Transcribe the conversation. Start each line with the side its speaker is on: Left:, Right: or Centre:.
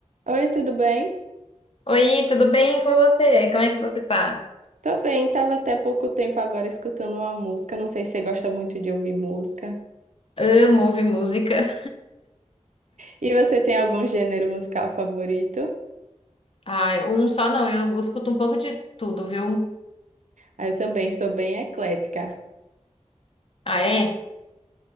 Right: Oi, tudo bem?
Left: Oi, tudo bem com você? Como é que você tá?
Right: Tô bem, tava até pouco tempo agora escutando uma música. Não sei se você gosta muito de ouvir música.
Left: Amo ouvir música.
Right: E você tem algum gênero musical favorito?
Left: Ai, um só não, eu escuto um pouco de tudo, viu?
Right: Ah, eu também sou bem eclética.
Left: Ah, é?